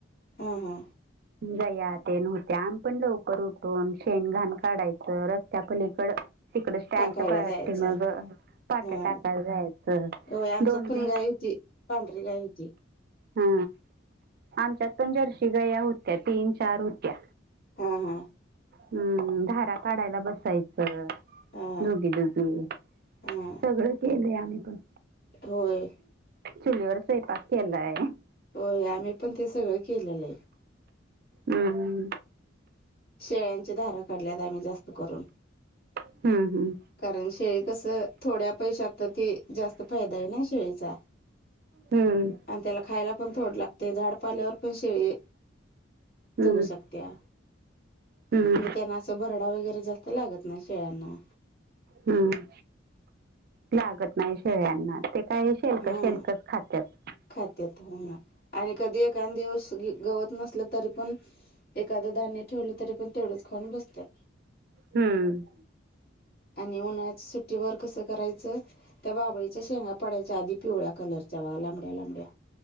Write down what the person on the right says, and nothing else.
जया ते नव्हते आम पण लवकर उठून शेण घाण काढायचं रस्त्यापलीकड. तिकड स्टँडच्या
पाठी
मग पाट्या
टाकायला जायचं
दोन
दिस.
हा आमच्यात पण जर्शी गया होत्या तीन चार होत्या.
हम्म धारा काडायला बसायचं.
दुघी दुगी
सगळं केलंय आम्ही पण.
चुलीवर स्वयंपाक केलाय.
हम्म
हा हम्म
हम्म.
हम्म
हम्म
हम्म.
हम्म लागत नाही शेळ्यांना ते काय शेलक
शेलकच खात्यात.
हम्म